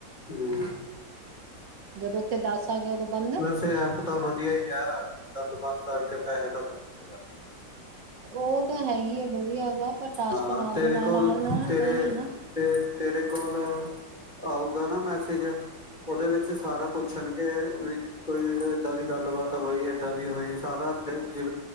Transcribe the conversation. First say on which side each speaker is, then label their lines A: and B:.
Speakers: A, on the left (about 25°); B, on the right (about 70°).
A: ਹੂੰ।
B: ਜਦੋਂ ਉੱਥੇ ਦਸ- ਆ ਗਿਆ ਉਦੋਂ ਬੰਦ
A: ਵੈਸੇ ਐਪ ਤਾਂ ਵਧੀਆ ਹੀ ਹੈ। ਗੱਲਬਾਤ ਕਰਕੇ ਪੈਸੇ ਤਾਂ ਵਧੀਆ ਬਣ ਜਾਂਦੇ।
B: ਉਹ ਤਾਂ ਹੈਗੀ ਆ, ਵਧੀਆ ਵਾ, ਪਰ ਟਾਸਕ
A: ਹਾਂ
B: ਨਾਲ
A: ਤੇਰੇ
B: ਦੀ ਨਾਲ
A: ਕੋਲ
B: ਆਉਣ
A: ਤੇਰੇ
B: ਤਾਂ ਹੀ ਹੈ ਨਾ।
A: ਤੇ ਤੇਰੇ ਕੋਲ ਆਊਗਾ ਨਾ ਮੈਸੇਜ, ਉਹਦੇ ਵਿੱਚ ਸਾਰਾ ਪੁੱਛਣ? ਵੀ ਕੋਈ ਇੱਦਾਂ ਦੀ ਗੱਲਬਾਤ ਹੋਈ ਏਦਾਂ ਦੀ ਹੋਈ ਸਾਰਾ ਦੇ ਜਿ